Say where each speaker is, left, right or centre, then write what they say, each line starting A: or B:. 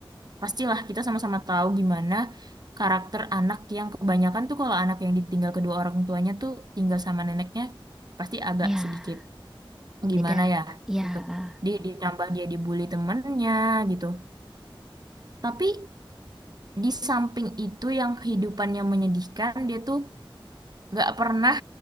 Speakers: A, on the right; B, in the centre.
A: Pastilah kita sama-sama tahu gimana karakter anak yang kebanyakan tuh kalau anak yang ditinggal kedua orang tuanya tuh tinggal sama neneknya pasti agak
B: Ya.
A: sedikit gimana
B: Beda.
A: ya
B: Ya.
A: gitu.
B: ah.
A: dia ditambah dia dibully temennya gitu. Tapi di samping itu yang kehidupannya menyedihkan dia tuh nggak pernah